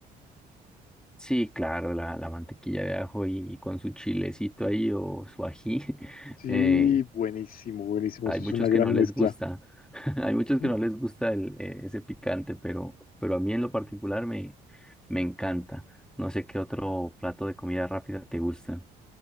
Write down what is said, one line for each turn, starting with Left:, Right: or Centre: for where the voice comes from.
Centre: Sí, claro, la, la mantequilla de ajo y, y con su chilecito ahí o su ají. <laughs>
Left: Sí,
Centre: eh,
Left: buenísimo, buenísimo.
Centre: hay
Left: Eso
Centre: muchos
Left: es una gran
Centre: que no les
Left: mezcla.
Centre: gusta, <laughs> hay muchos
Left: No,
Centre: que no les gusta el, eh, ese picante, pero, pero a mí en lo particular me, me encanta. No sé qué otro plato de comida rápida te gusta.